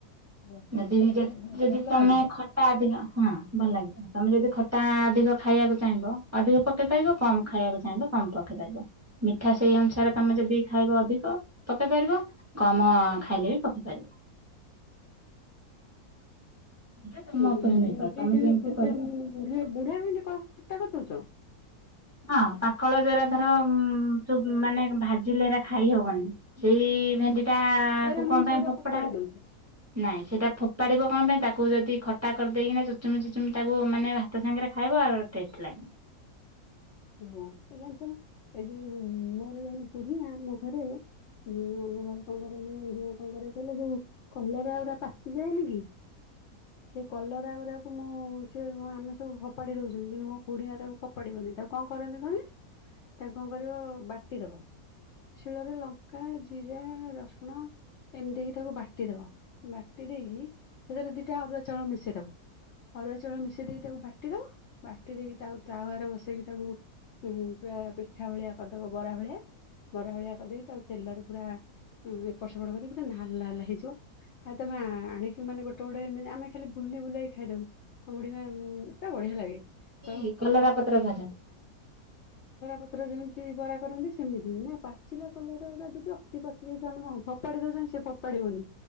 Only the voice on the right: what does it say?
ଯଦି
ଯଦି
ତମେ
ଖଟା ଅଧିକ ହଁ ଭଲଲାଗିବ ତମେ ଯଦି ଖଟା ଅଧିକ ଖାଇବାକୁ ଚାହିଁବ ଅଧିକ ପକେଇପାରିବ କମ୍ ଖାଇବାକୁ ଚାହିଁଲେ କମ୍ ପକେଇପାରିବ ମିଠା ସେଇ ଅନୁସାରେ ତମେ ଯଦି ଖାଇବ ଅଧିକ ପକେଇ ପାରିବ କମ୍ ଖାଇଲେ ବି ପକେଇ ପାରିବ
ଏଇଟା ତମ
ଉପରେ ନିର୍ଭର ତମେ ଯେମିତି
କରିବ।
ହଁ ପାକଳ ଯୋଉଗୁରା ଧର ଯୋଉ ମାନେ ଭାଜିଲେ ହେରା ଖାଇହବନି। ସେଇ
ଭେଣ୍ଡିଟା
କୁ
କଣ ପାଇଁ
ଫୋପଡା,
ନାଇଁ ସେଇଟା ଫୋପାଡିବ କଣ ପାଇଁ ତା ତାକୁ ଯଦି ଖଟା କରିଦେଇକିନା ଚୁଚୁମି ଚୁଚୁମି ତାକୁ ମାନେ ଭାତ ସାଙ୍ଗରେ ଖାଇବ ଆଉରି ଟେଷ୍ଟ ଲାଗିବ।
ହଁ କଲରା ପତ୍ର ଭାଜନ୍ତି।